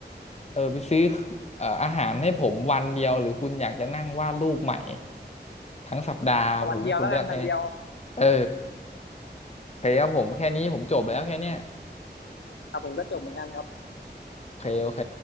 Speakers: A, on the left; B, on the left.
A: เออไปซื้อเอ่ออาหารให้ผมวันเดียวหรือคุณอยากจะนั่งวาดรูปใหม่ทั้งสัปดาห์ผมให้คุณเลือกแค่เนี้ย
B: เอาวันเดียวแล้วกันวันเดียว
A: เออโอเคครับผมแค่นี้ผมจบแล้วแค่เนี้ย
B: ครับผมก็จบเหมือนกันครับ
A: โอเคโอเค